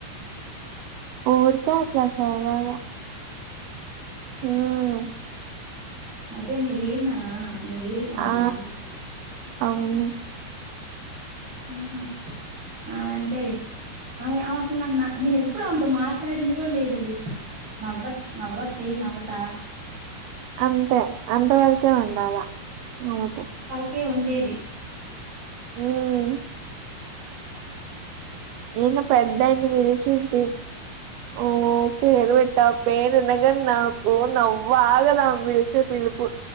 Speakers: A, on the right; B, on the right.
A: ఊరికే అట్లా సరదాగా ఉమ్
B: అదే మీ లిడ్నా మీ లిడు అన్నాంట
A: ఆ అవును
B: ఆహా ఆమంతేలే ఆమె అసలు నాకు నా నేను ఎప్ అప్పుడు ఆమెతో మాట్లాడింది కూడా లేదు నవ్వత్ నవ్వతి నవత
A: అంతే అంత వరకే ఉండాలా అమేతో
B: కేే ఉండేది
A: మ్మ్. ఏన్న పెద్దన్ని విలిచింది ఓ పేరు పెట్టా పేరున్నంగా నాకు నవ్వా ఆగదామే పిలిచే పిలిపు